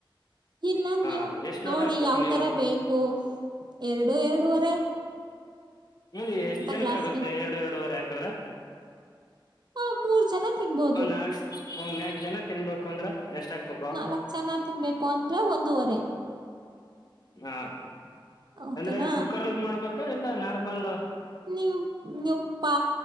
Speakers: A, on the right; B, on the left.
A: ಇಲ್ಲ
B: ಹಾ
A: ನೀವು
B: ಎಷ್ಟ್ ಲೋಟ
A: ನೋಡಿ
B: ಹಾಕ್ಬೇಕು
A: ಯಾವ್
B: ನೀರು
A: ತರ ಬೇಕು ಎರಡು ಎರಡವರೆ
B: ಇಲ್ಲಿ ಎಷ್ಟ್ ಜನಕ್ಕ
A: ಗ್ಲಾಸ್ಗೆ
B: ಆಗುತ್ತೆ ಎರಡು ಎರಡುವರೆ ಹಾಕಿದ್ರೆ
A: ಹ ಮೂರ್ ಜನ ತಿನ್ಬೋದು
B: ಒಂದ್ ನಾಕ್ ಒಂದ್ ನಾಕ್ ಜನ ತಿನ್ಬೇಕು ಅಂದ್ರೆ ಎಷ್ಟ ಹಾಕ್ಬೇಕು
A: ನಾಲ್ಕ್ ಜನ ತಿನ್ಬೇಕು ಅಂದ್ರೆ ಒಂದೂವರೆ
B: ಹಾಂ
A: ಓಕೆನಾ
B: ಅಂದರೆ ಕುಕ್ಕರಲ್ಲಿ ಮಾಡ್ಬೇಕಾ ಇಲ್ಲ ನಾರ್ಮಲ್
A: ನೀವು ನೀವ ಪಾ